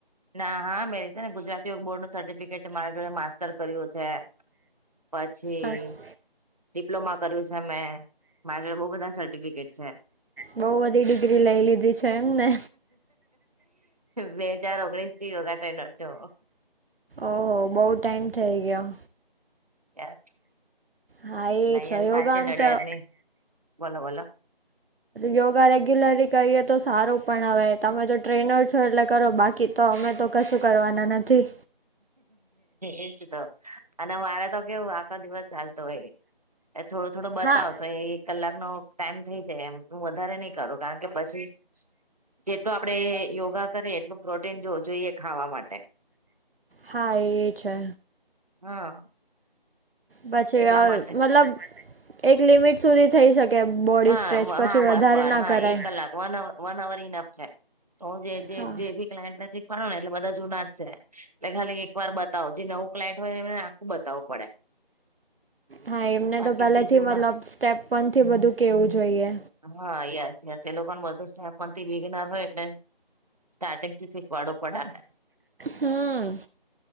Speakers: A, on the right; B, on the right.
A: ના હા મેં ને ગુજરાત યોગ બોર્ડ નું સર્ટિફિકેટ છે મારા જોડે માસ્ટતર કર્યું છે. પછી
B: ઓહ
A: ડિપ્લોમા કર્યું છે મેં મારે બહું બધા સર્ટિફિકેટ છે.
B: બહુ બધી ડિગ્રી લઈ લીધી છે એમને
A: બે હજાર ઓગણીસ થી યોગા ટ્રેનર છું.
B: ઓહ બઉ ટાઈમ થઇ ગયો.
A: <unintelligible>
B: હા એ
A: નડિયાદની
B: છે યોગા આમ તો
A: બોલો બોલો
B: યોગા રેગ્યુલરલી કરીએ તો સારું પણ હ તમે જો ટ્રેનર છો એટલે કરો બાકી તો અમે તો કશું કરવાના નથી.
A: એજ તો અને મારે તો કેવું આખો દિવસ ચાલતો હોય એ થોડો થોડો બતાવ
B: હા.
A: તો એ કલાક નો ટાઈમ થઈ જાય એમ હું વધારે નહી કરું કારણ કે પછી જેટલો આપડે યોગા કરીએ એટલું પ્રોટીન જો જોઈએ ખાવા માટે
B: હા એ છે.
A: હા.
B: પછી
A: એટલા
B: અ
A: માટે
B: મતલબ એક લિમિટ સુધી થઇ શક કે બોડી
A: હા
B: સ્ટ્રેચ પછી
A: હા બસ
B: વધારે
A: બળ
B: ના
A: હા
B: કરાય.
A: એક કલાક one hour one hour enough છે તો હું જે
B: હા
A: બી ક્લાયન્ટને શીખવાડો ને એટલે બધા જુના છે એટલે ખાલી એક વાર બતાવો જે નવું ક્લાયન્ટ હોય એમને આખું બતાવું પડે.
B: હા એમને
A: બાકી
B: તો પહેલેથી
A: જે જૂના
B: મતલબ સ્ટેપ વન થી બધું કેવું જોઈએ.
A: હા યસ યસ એ લોકોને બધું <unintelligible> થી બીગેનાર હોય એટલે સ્ટાર્ટિંગ થી શીખવાડુ પડે ને
B: હમ્મ.